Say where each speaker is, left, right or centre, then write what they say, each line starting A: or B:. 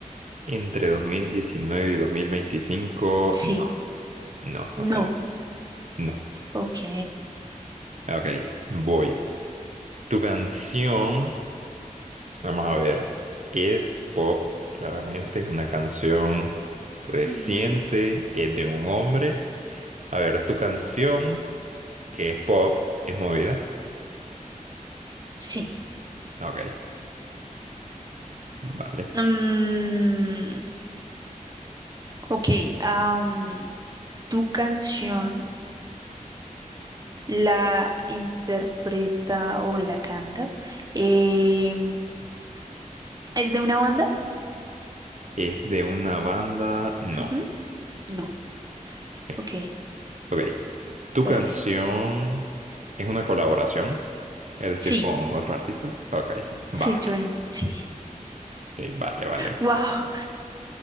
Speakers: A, on the right (about 60°); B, on the right (about 30°).
A: entre 2019 y 2025,
B: Sí.
A: no, no, no
B: No.
A: sale. No,
B: Ok.
A: ok, voy. Tu canción, vamos a ver, es pop, claramente, es una canción reciente,
B: Ujú.
A: es de un hombre. A ver, tu canción, que es pop, es movida.
B: Sí.
A: Ok. Vale.
B: Mm, ok. am, ¿tu canción la interpreta o la canta? em, ¿Es de una banda?
A: ¿Es de una banda? No.
B: Ujú, No.
A: Bien.
B: Ok,
A: Ok. ¿Tu
B: perfecto.
A: canción es una colaboración? Es decir,
B: Sí,
A: con otros artistas. Ok. Va.
B: featuring, sí.
A: Ok, vale, vale.
B: Wow,